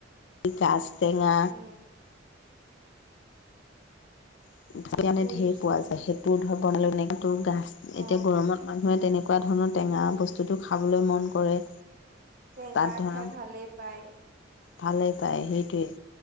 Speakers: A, on the left; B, on the right.
A: গাজ টেঙা
B: উম
A: <unintelligible> ঢেৰ
B: বুজিছো
A: পোৱা যায় সেইটো ধৰ বনালে <unintelligible> তোৰ গাছ
B: অ
A: এতিয়া গৰমত মানুহে তেনে এনেকুৱা ধৰণৰ টেঙা বস্তুটো খাবলৈ মন কৰে।
B: টেঙা
A: তাত ধৰা
B: খাই ভালে পায়।
A: ভালেই পায়
B: উম
A: সেইটোৱেই